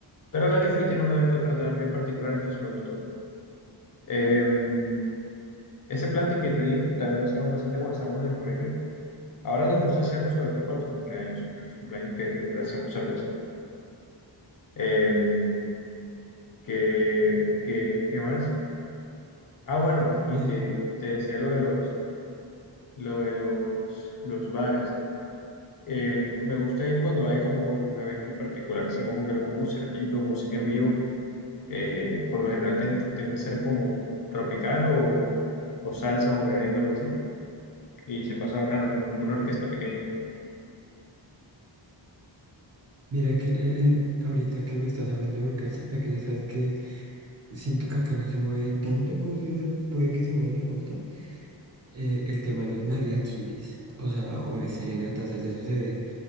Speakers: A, on the left; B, on the right.
A: Pero a la que fui tiene un evento carnaval bien particular, entonces me gustó. Em, ese plante que te digo, también lo hacíamos bastante cuando estábamos en el colegio. Ahora nos gusta hacerlo sobre todo para los cumpleaños, en los cumpleaños que siempre hacemos algo así. Em, ¿qué, qué- qué más? Ah, bueno, y
B: Eh,
A: te,
B: m-
A: te decía lo de los, lo de los, los bares. Em, me gusta ir cuando hay como un evento en particular, así como que algún conciertito, música en vivo eh, por lo general tiende, tiende a ser como tropical o, o salsa o merengue, algo así. Y se pasa bacano, como con una orquesta pequeña.
B: mira que eh, eh, ahorita que me estás hablando de orquestas pequeñas, sabes que siento que acá no se mueve tanto como si se puede que se mueva en la costa. Eh, el tema de los mariachis, o sea, o de serenatas, allá eso se ve,